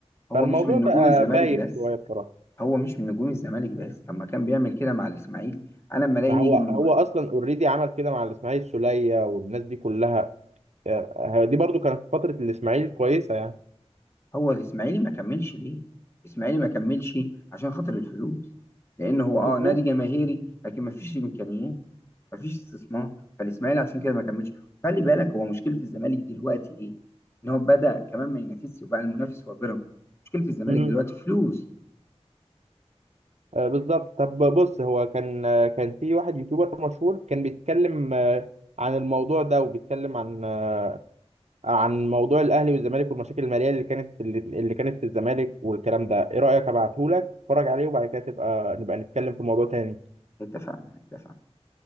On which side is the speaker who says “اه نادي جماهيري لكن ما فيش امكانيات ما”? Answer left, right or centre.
Left